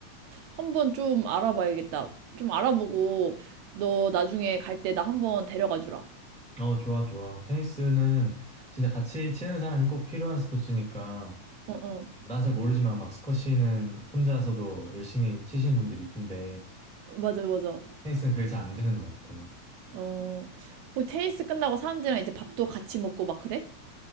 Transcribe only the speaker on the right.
한번 좀 알아봐야겠다. 좀 알아보고 너 나중에 갈 때 나 한번 데려가 주라.
응, 응.
맞아, 맞아.
어, 어, 테니스 끝나고 사람들이랑 이제 밥도 같이 먹고 막 그래?